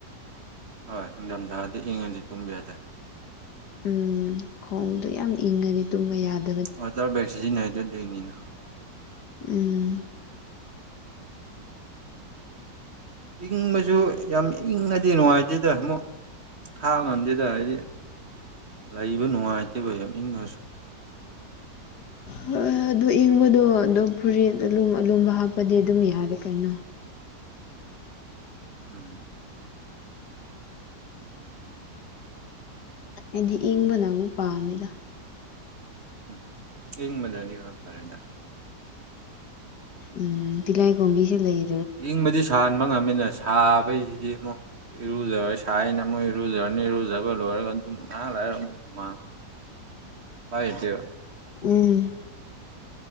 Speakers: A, on the right; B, on the left.
A: ꯍꯣꯏ ꯅꯤꯡꯊꯝꯊꯥꯗꯤ ꯏꯪꯉꯗꯤ ꯆꯨꯝꯕꯤ ꯌꯥꯗꯦ
B: ꯎꯝ ꯈꯣꯡꯗꯣ ꯌꯥꯝ ꯏꯪꯉꯅꯤ ꯇꯨꯝꯕ ꯌꯥꯗ
A: ꯍꯖꯔ ꯄꯦꯛꯁꯤꯁꯤ ꯅꯗꯣꯏꯅꯤꯅ
B: ꯎꯝ
A: ꯏꯪꯕꯁꯨ ꯌꯥꯝ ꯏꯪꯉꯗꯤ ꯅꯨꯡꯉꯥꯏꯇꯦꯗ ꯑꯃꯨꯛ ꯍꯥꯎ ꯉꯥꯟꯗꯗ ꯍꯥꯏꯗꯤ ꯂꯩꯕ ꯅꯨꯡꯉꯥꯏꯇꯦꯕ ꯌꯥꯝ ꯏꯪꯉꯁꯨ
B: ꯍꯣꯏ ꯑꯗꯨ ꯏꯪꯕꯗꯣ ꯑꯗꯨꯣ ꯐꯨꯔꯤꯠ ꯑꯨꯝ ꯑꯂꯨꯝꯕ ꯍꯥꯞꯄꯗꯤ ꯑꯗꯨꯝ ꯌꯥꯔꯦ ꯀꯩꯅꯣ
A: ꯎꯝ
B: ꯍꯥꯏꯗꯤ ꯏꯪꯕꯅ ꯑꯃꯨꯛ ꯄꯥꯝꯃꯦꯗ
A: ꯎꯝ ꯍꯡ ꯃꯅꯅꯤ ꯑꯣꯏꯔꯛ ꯐꯔꯦꯗ
B: ꯎꯝ ꯄꯤꯂꯥꯏ ꯀꯣꯡꯕꯤꯁꯦ ꯂꯩꯦ
A: ꯏꯪꯕꯗꯤ ꯁꯥꯍꯟꯕ ꯉꯝꯃꯤꯟꯅꯁ ꯁꯥꯕꯩꯁꯤꯗꯤ ꯑꯃꯨꯛ ꯏꯔꯨꯖꯔꯣꯏ ꯁꯅ ꯃꯣꯏ ꯏꯔꯨꯖꯔꯅꯤ ꯏꯔꯨꯖꯕ ꯂꯣꯏꯔꯒ ꯑꯗꯨꯝ ꯉꯥꯏꯍꯥꯛ ꯃꯥ ꯄꯥꯏꯗꯦ
B: ꯎꯝ